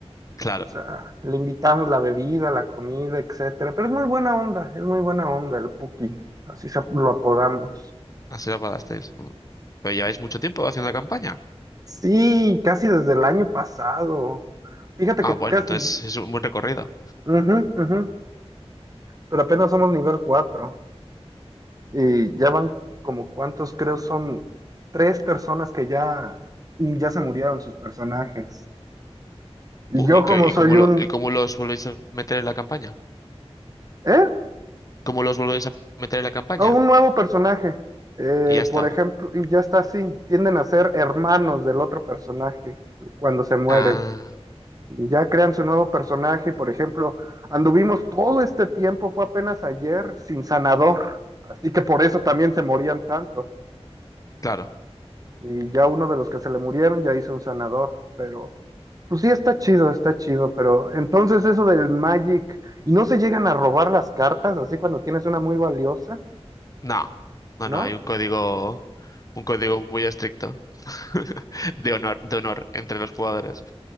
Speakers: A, on the left (about 35°); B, on the right (about 35°).
A: Claro,
B: O sea, le invitamos la bebida, la comida, etcétera, pero es muy buena onda, es muy buena onda el Puki, así se- lo apodamos.
A: así lo acordasteis. Mm. ¿Pero lleváis mucho tiempo haciendo la campaña?
B: Sí, casi desde el año pasado. Fíjate
A: Ah,
B: que
A: bueno,
B: casi,
A: entonces es un buen recorrido.
B: ujú, ujú, pero apenas somos nivel 4 y ya van como cuántos, creo son tres personas que ya, ya se murieron sus personajes. Y
A: Uy,
B: yo
A: ¿y qué-
B: como
A: y
B: soy
A: cómo lo,
B: un,
A: y cómo los volvéis a meter en la campaña?
B: ¿eh?
A: ¿Cómo los volvéis a meter en la campaña?
B: O un nuevo personaje, eh,
A: Y ya está.
B: por ejemplo, y ya está así, tienden a ser hermanos del otro personaje cuando se mueren.
A: Ah,
B: Y ya crean su nuevo personaje, por ejemplo, anduvimos todo este tiempo, fue apenas ayer, sin sanador, así que por eso también se morían tantos.
A: claro.
B: Y ya uno de los que se le murieron ya hizo un sanador, pero pues sí está chido, está chido, pero entonces eso del Magic, ¿y no se llegan a robar las cartas así cuando tienes una muy valiosa?
A: No, no,
B: ¿No?
A: no, hay un código, un código muy estricto <laughs> de honor, de honor entre los jugadores.